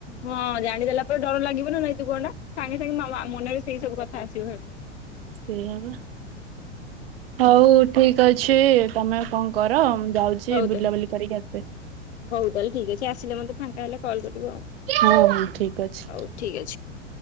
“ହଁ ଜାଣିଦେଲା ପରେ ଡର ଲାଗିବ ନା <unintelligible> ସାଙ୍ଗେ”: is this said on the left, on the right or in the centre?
Left